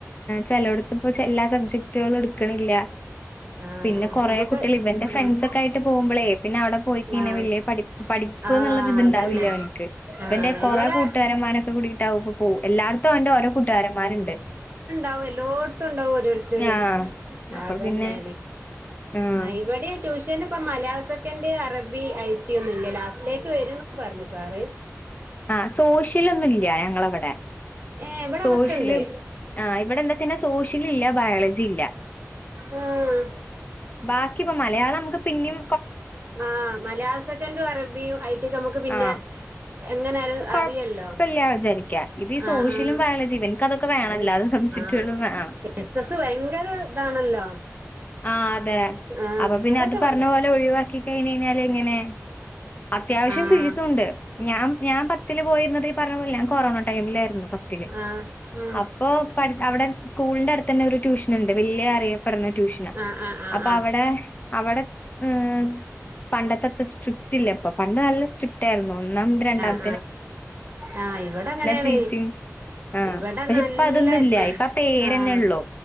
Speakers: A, on the left; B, on the right.
A: ചിലവിടത്ത്പ്പ ചല്ലാ സബ്ജക്ടുകളും എടുക്കണില്ല
B: ആഹ്
A: പിന്നെ കുറേ
B: ഞമ്മക്ക്
A: കുട്ടികൾ ഇവന്റെ
B: ആഹ്
A: ഫ്രണ്ട്സ ഒക്കെ ആയിട്ട് പോകുമ്പോളേ പിന്നെ അവിടെ പോയിക്ക ഇനെ
B: ആഹ്
A: വലിയ പഠി പഠിപ്പ
B: ആഹ്
A: എന്നുള്ള ഇത്ണ്ടാവില്ലേ
B: അതന്നെ
A: അവനക്ക് ഇപ്പറെ
B: ആഹ്
A: കൊറെേ
B: ഇവിടെ
A: കൂട്ടുകാരന്മാരൊക്കെ കൂടിട്ടാവും ഇപ്പ പോ എല്ലാർത്തും അവന്റെ ഓരോ കൂട്ടുകാരന്മാരുണ്ട്
B: ാവും എല്ലോടത്തും ഉണ്ടാവും ഓരോരുത്തര്
A: ആഹ് അപ്പൊ
B: അതന്നെ
A: പിന്നെ ആഹ്
B: ഇവിടെ ടൂഷ ൻഇപ്പം മലയാള സെക്കന്റ് ട് അറബി ഐ ടി ഒന്നും ഇല്ല ലാസ്റ്റിലേക്ക് വരുംന്ന് പറഞ്ഞു സാർ
A: ആഹ് സോഷ്യലൊന്നുംല്ല ഞങ്ങളവിടെ
B: ഏഹ് ഇവിടെ
A: സോഷ്യല്
B: അതൊക്കെ ഇണ്ട്
A: ആ ഇവിടെ എന്താച്ചന്നെ സ് സോഷ്യൽ ഇല്ല ബയോളജി ഇല്ല
B: ആഹ്
A: ബാക്കിപ്പോമലയാളം നമുക്ക് പിന്നിം
B: ആ മലയാള സെക്കൻറും അറബിയും ഐടി ഒക്കെ നമമ്മുക്ക് പിന്നെ
A: ആഹ്
B: എങ്ങനരു
A: കൊഴ
B: അറിയല്ലോ
A: പ്പല്ല വിചാരിക്ക ഇത് ഈ
B: ആ
A: സോഷ്യലും
B: ആഔ
A: ബയോളജിയും എനിക്കതൊക്കെ വേണല്ലോ
B: ആ
A: അതും സബ്ജക്റ്റുകളും
B: ഹ
A: വേണം
B: എസ് എസ് ഭയങ്കര ഇതാണല്ലോ
A: ആ് അതെ
B: ആഹ്
A: അപ്പൊ പിന്നെ
B: അതൊക്കെ
A: അത് പറഞ്ഞ
B: വന്നിട്ട്
A: പോലെ ഒഴിവാക്കി കഴിഞ്ഞയ് ഞ എങ്ങനെ അത്യാവശ്യം
B: ആഹ്
A: ഫീസുണ്ട് ഞാൻ ഞാൻ പത്തില് പോയിരുന്നത്ീ പറഞ്ഞ പോല ഞാ കൊറോണ ടൈമിലായിര്ന്നു പത്തില്
B: ആഹ് ഉം
A: അപ്പൊ പട് അവ്ടെ സ്കൂൾ ന്റെ അടുത്തന്നെ ഒരു ട്യൂഷൻ ന്ന് ണ്ട് വലിയ അറിയപ്പെടുന്ന ട്യൂഷന
B: ആഹ് ആഹ് ആഹ്
A: അപ്പൊ അവിടെ അവിടെ ഏ പണ്ടത്തെത്തെ സ്ട്രിക്ട് ഇല്ല ഇപ്പൊ പണ്ട് നല്ല സ്ട്രിക്റ്റ് ആായിരുന്നു ഒന്നാമത് രണ്ടാം
B: ആ ആഹ ഇവിടെ അങ്ങനെയാണ്
A: ചീത്തയും ആഹ്
B: ഇവിടെ
A: പക്ഷെ
B: നല്ലടീം
A: ഇപ്പ അതൊന്നും ഇല്ല ഇപ്പ ആ പേരന്നെ
B: ആഹ്
A: ഉള്ളൂ